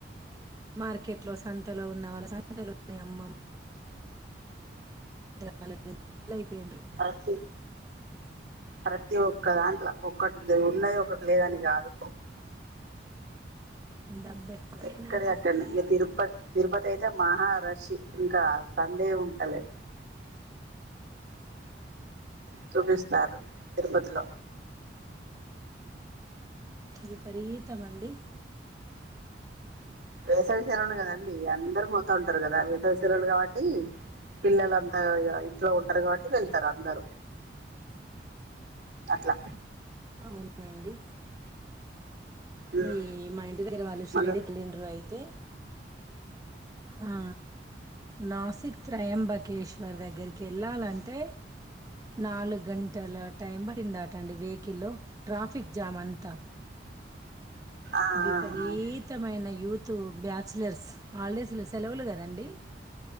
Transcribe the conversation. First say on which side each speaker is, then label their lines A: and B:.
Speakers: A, on the right (about 20°); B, on the right (about 65°).
A: మార్కెట్లో సంతలో ఉన్న వాళ్ళమ్మ <inaudible> <unintelligible>
B: ప్రతి ప్రతి ఒక్క దాంట్లో ఒక్కటి ఉన్నది ఒకటి లేదని కాదు
A: డబ్బు ఎక్కువైనా
B: ఎక్కడ
A: కొద్ది
B: అక్కడ ఇంక తిరుపతి తిరుపతి అయితే మహ రష్ ఇంకా సంధే ఉంటలే చూపిస్తారు తిరుపతిలో
A: విపరథము అండి
B: వేసవి సెలవులు కదండి అందరు పోతూ ఉంటారు కదా వేసవి సెలవులు కాబట్టి పిల్లలు అంతా ఇంట్లో ఉంటారు కాబట్టి వెళ్తారు అందరూ అట్లా
A: అవునండి
B: ఉమ్
A: ఈ మా ఇంటి దగ్గర వాళ్ళు షిరెడ్డి
B: మళ్ళ
A: కలిండర్ అయితే ఆ నాసిక్ త్రయంబకేశ్వర్ దగ్గరికి కెళ్ళాలంటే నాలుగు గంటల టైం పడిందాట అండి వెహికల్లో ట్రాఫిక్ జామ్ అంతా
B: ఆ
A: విపరీతమైన
B: ఆ
A: యూత్ బ్యాచలర్స్ హాలిడేస్ లో సెలవులు కదండి